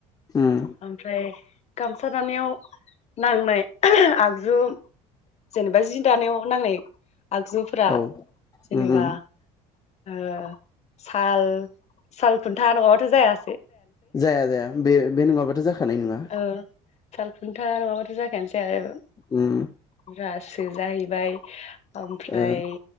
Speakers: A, on the left; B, on the left.
A: उम
B: ओमफ्राय गामसा दानायाव नांनाय आगजु जेनेबा जि दानायाव नांनाय आगजुफ्रा
A: औ
B: जेनेबा
A: उम उम
B: ओ साल साल खुन्था नङाबाथ जाया
A: जाया जाया बे बे नङाबाथ' जाखानाय नङा
B: ओ साल खुन्था नङाबाथ' जाखायानोसै जाया जालाय
A: उम
B: ब्रा सो जाहैबाय ओमफ्राय
A: ओ